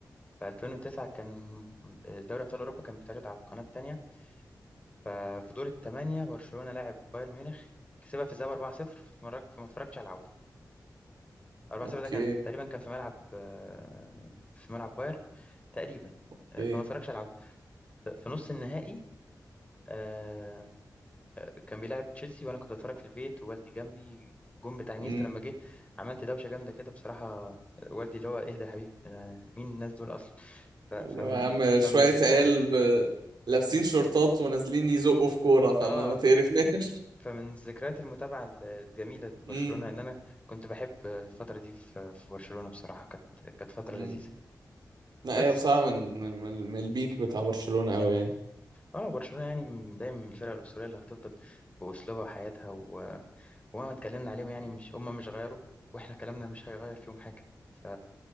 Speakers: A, on the left; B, on the right.
A: في 2009 كان آه، دوري أبطال أوروبا كان بيتعرض على القناة التانية ففي دور الثمانية برشلونة لاعب بايرن ميونخ كسبها في الذهاب 4-0 فما اتفرجتش على العودة 4
B: اوكي
A: 0 ده كان تقريبا كان في ملعب آه، في ملعب بايرن تقريبا
B: اوكي
A: آه، فما اتفرجش على العودة ف- في نص النهائي آه، كان بيلعب تشيلسي وانا كنت بتفرج في البيت ووالدي جنبي جون بتاع انيستا
B: امم
A: لما جه عملت دوشة جامدة كده بصراحة آه، والدي اللي هو اهدى يا حبيبي أنا- مين الناس دول اصلا ف- فمن
B: اللي هو يا عم شوية
A: فمن الذكريات
B: عيال ب- لابسين شورتات ونازلين يزقوا في كورة فما
A: اه
B: ما تقرفناش
A: فمن ذكريات المتابعة ال- الجميلة
B: <laughs>
A: لبرشلونة
B: امم
A: ان انا كنت بحب الفترة دي في في برشلونة بصراحة كانت كانت فترة
B: امم
A: لذيذة
B: لا
A: بس
B: هي بصراحة من من من البيك بتاع برشلونة قوي يعني
A: اه برشلونة يعني م- دايما من الفرق الأسطورية اللي هتفضل بأسلوبها وحياتها و... ومهما اتكلمنا عليهم يعني مش هم مش غيروا واحنا كلامنا مش هيغير فيهم حاجة ف...